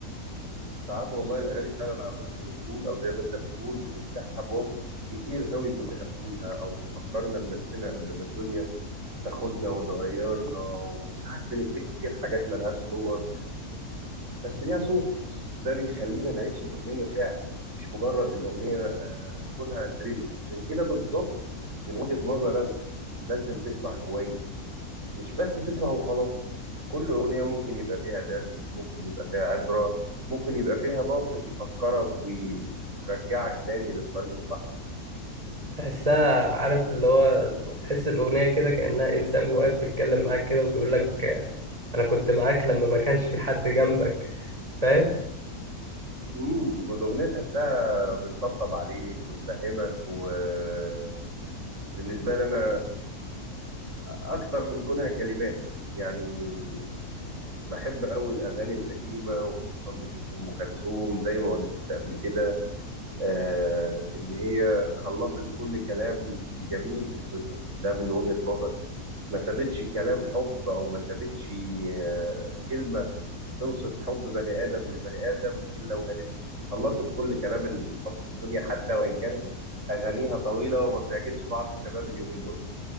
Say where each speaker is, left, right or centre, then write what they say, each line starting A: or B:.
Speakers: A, on the right (about 55°); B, on the right (about 25°).
A: ساعات والله الاغاني فعلا على ما انت بتقول او زي ما انت بتقول بتفتح ابواب كتير قوي كنا قافلينها او بتفكرنا بنفسنا قبل ما الدنيا تاخدنا وتغيرنا وساعات بنفتكر حاجات ملهاش صور بس ليها صوت ده بيخلينا نعيش الاغنيه فعلا مش مجرد الاغنيه آه، كونها ترند عشان كده بالظبط من وجهه نظري انا لازم تسمع كويس مش بس تسمع وخلاص كل أغنية ممكن يبقى فيها درس ممكن يبقى فيها عبرة ممكن يبقى فيها موقف يفكرك ويرجعك تاني للطريق الصح
B: تحسها عارف اللي هو تحس الاغنيه كده كانها انسان واقف بيتكلم معاك كده وبيقول لك انا كنت معاك لما ما كانش في حد جنبك فاهم
A: امم الأغنية تحسها بتطبطب عليك وتفهمك وبالنسبة لي أنا أكتر من كونها كلمات يعني بحب أوي الأغاني القديمة وخصوصا أم كلثوم زي ما قلت قبل كده آه، إن هي خلصت كل كلام الجميل في الدنيا ده من وجهة نظري ما سابتش كلام حب أو ما سابتش آه، كلمة توصف حب بني آدم لبني آدم إلا وقالتها خلصت كل كلام الحب في الدنيا حتى وإن كانت أغانيها طويلة وما بتعجبش بعض الشباب اليومين دول